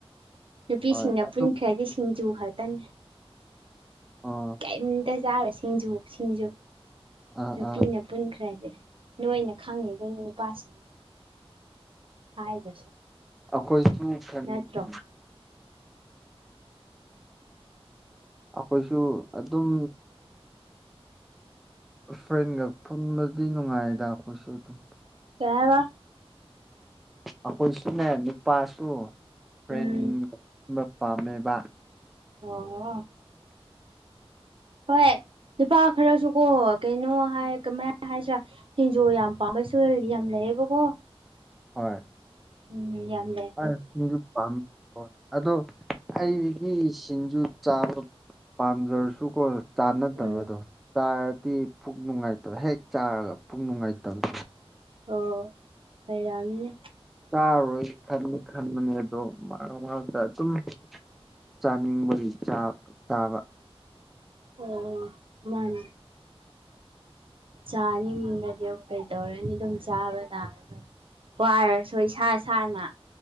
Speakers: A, on the right; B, in the centre.
A: ꯅꯨꯄꯤꯁꯤꯡꯅ
B: ꯍꯣꯏ ꯑꯗꯨꯝ
A: ꯄꯨꯟꯈ꯭ꯔꯗꯤ ꯁꯤꯡꯖꯨ ꯈꯛꯇꯅꯦ
B: ꯑꯣ
A: ꯀꯩꯝꯇ ꯆꯥꯔꯣꯏ ꯁꯤꯡꯖꯨ ꯁꯤꯡꯖꯨ
B: ꯑꯥ
A: ꯅꯨꯄꯤꯅ
B: ꯑꯥ
A: ꯄꯨꯟꯈ꯭ꯔꯗꯤ ꯅꯣꯏꯅ ꯈꯪꯉꯤꯗꯨꯅꯤ ꯅꯨꯄꯥꯁꯤꯡ ꯍꯥꯏꯗ꯭ꯔꯁꯨ
B: ꯑꯩꯈꯣꯏꯁꯨ ꯈꯪꯉꯤ
A: ꯅꯠꯇ꯭ꯔꯣ
B: <unintelligible> ꯑꯩꯈꯣꯏꯁꯨ ꯑꯗꯨꯝ ꯐ꯭ꯔꯦꯟꯒ ꯄꯨꯟꯕꯗꯤ ꯅꯨꯡꯉꯥꯏꯗ ꯑꯩꯈꯣꯏꯁꯨ ꯑꯗꯨꯝ
A: ꯀꯩ ꯍꯥꯏꯕꯥ
B: ꯑꯩꯈꯣꯏꯁꯨꯅꯦ ꯅꯨꯄꯥꯁꯨ ꯐ꯭ꯔꯦꯟ
A: ꯎꯝ
B: <unintelligible> ꯄꯥꯝꯃꯦꯕ
A: ꯑꯣ ꯑꯣ ꯍꯣꯏ ꯅꯨꯨꯄꯥ ꯈꯔꯁꯨꯀꯣ ꯀꯩꯅꯣ ꯍꯥꯏ ꯀꯃꯥꯏ ꯍꯥꯏꯁꯤꯔꯥ ꯁꯤꯟꯖꯨ ꯌꯥꯝ ꯄꯥꯝꯕꯁꯨ ꯌꯥꯝ ꯂꯩꯌꯦꯕꯀꯣ
B: ꯍꯣꯏ
A: ꯎꯝ ꯌꯥꯝ ꯂꯩ
B: ꯍꯣꯏ ꯇꯤꯟꯖꯨ ꯄꯥꯝ ꯍꯣꯏ ꯑꯗꯣ ꯑꯩꯗꯤ ꯁꯤꯡꯖꯨ ꯆꯥꯕ ꯄꯥꯝꯖꯔꯁꯨꯀꯣ ꯆꯥꯟꯅꯗꯕꯗꯣ
A: ꯎꯝ
B: ꯆꯥꯔꯗꯤ ꯄꯨꯛ ꯅꯨꯡꯉꯥꯏꯇꯕ ꯍꯦꯛ ꯆꯥꯔꯒ ꯄꯨꯛ ꯅꯨꯡꯉꯥꯏꯇꯕꯗꯣ
A: ꯑꯣ ꯂꯩꯩꯔꯝꯅꯤꯅꯦ
B: ꯆꯥꯔꯔꯣꯏ ꯈꯟꯅꯤ ꯈꯟꯕꯅꯦ ꯑꯗꯣ ꯃꯔꯛ ꯃꯔꯛꯇ ꯑꯗꯨꯝ ꯆꯥꯅꯤꯡꯕꯒꯤ ꯆꯥ ꯆꯥꯕ
A: ꯑꯣ ꯃꯥꯅꯦ ꯆꯥꯅꯤꯡꯔꯗꯤ ꯑꯈꯣꯏ ꯇꯧꯔꯅꯤ ꯑꯗꯨꯝ ꯆꯥꯕ ꯇꯥꯔꯒ ꯋꯥꯔꯁꯨ ꯏꯁꯥ ꯏꯁꯥꯅ